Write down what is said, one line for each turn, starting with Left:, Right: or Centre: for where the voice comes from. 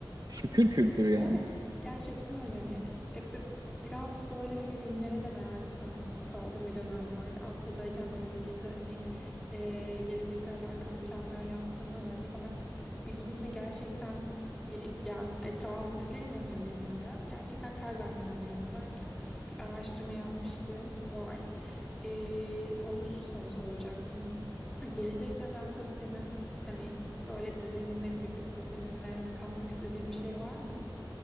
Right: Şükür kültürü yani.
Centre: Evet, gerçekten öyle hani e, bi- biraz böyle hani dinlere de merak sal- saldığım bir dönem vardı. Asya'dayken böyle işte hani e, gelecekle alakalı planlar yaptığımda da hani ben bir dine gerçekten biri yani etrafımdakiler inanıyor diye mi inanıyorum? Gerçekten kalben mi inanıyorum derken bir araştırma yapmışlığım var. Ee, onu sana soracaktım. Gelecekle alakalı senin hani böyle düzenine, günlük düzenine katmak istediğin bir şey var mı?